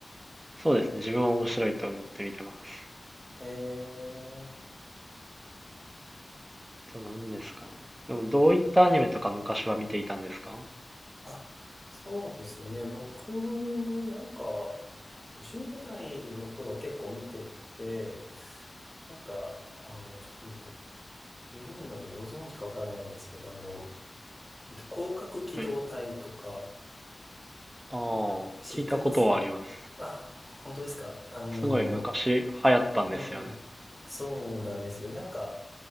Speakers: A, on the right; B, in the centre.
A: そうですね。自分は面白いと思って見てます。
B: へえ。
A: と何ですかね。でもどういったアニメとか昔は見ていたんですか
B: あ、そうですね。僕もなんか、10代の頃は結構見てて、なんか、あの、ちょっともう古いのでご存知かわからないんですけど、あの、えっと、広角機動隊とか、
A: はい。ああ、
B: 知ってます
A: 聞いたことはあります。
B: あ、本当ですか。あの、
A: すごい昔流行ったんですよね。
B: ええ、そうなんですよ。なんか、